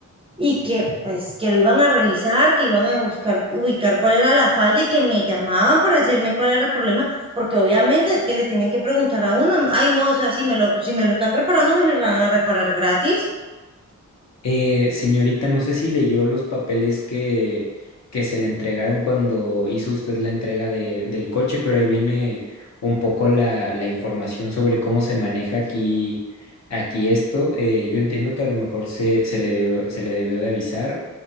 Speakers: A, on the right; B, on the left.
A: y que pues que lo iban a revisar, que iban a buscar, ubicar cuál era la falla y que me llamaban para decirme cuál era el problema, porque obviamente es que le tienen que preguntar a uno, ay no, o sea, si me lo, si me lo están reparando, me lo irán a reparar gratis.
B: Eh, señorita, no sé si leyó los papeles que, que se le entregaron cuando hizo usted la entrega de- del coche, pero ahí viene un poco la, la información sobre cómo se maneja aquí, aquí esto. Eh, yo entiendo que a lo mejor se, se le debió, se le debió de avisar,